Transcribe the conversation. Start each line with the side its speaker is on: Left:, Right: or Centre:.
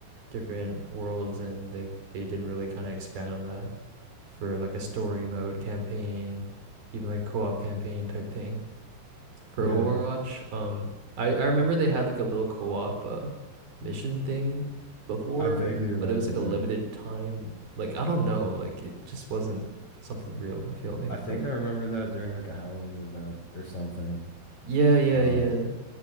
Right: different worlds, and they they didn't really kind of expand on that for like a story mode campaign, even like a co-op campaign type thing for
Left: yeah,
Right: Overwatch. Um, I I remember they had like a little co-op uh, mission thing before,
Left: I vaguely remember
Right: but it was
Left: that.
Right: like a limited time. Like I don't know, like it just wasn't something real, I feel like,
Left: I think
Right: but
Left: I remember that during like a Halloween event or something.
Right: yeah, yeah,
Left: Um,
Right: yeah.